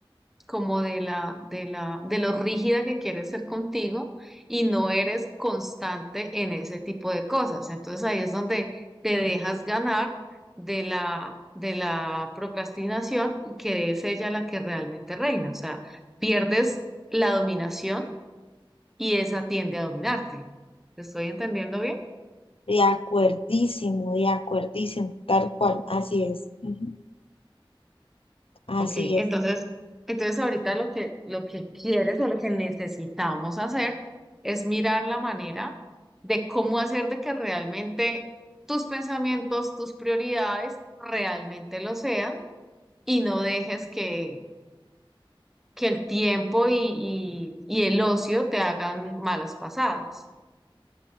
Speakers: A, in the centre; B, on the left.
A: como de la, de la, de lo rígida que quieres ser contigo y no eres constante en ese tipo de cosas. Entonces ahí es donde te dejas ganar de la, de la procrastinación y que es ella la que realmente reina. O sea, pierdes la dominación y esa tiende a dominarte. ¿Te estoy entendiendo bien?
B: De acuerdísimo, de acuerdísimo, tal cual, así es, Ujú. así
A: Ok, entonces,
B: es.
A: entonces ahorita lo que, lo que quieres o lo que necesitamos hacer es mirar la manera de cómo hacer de que realmente tus pensamientos, tus prioridades realmente lo sean y no dejes que, que el tiempo y, y, y el ocio te hagan malas pasadas.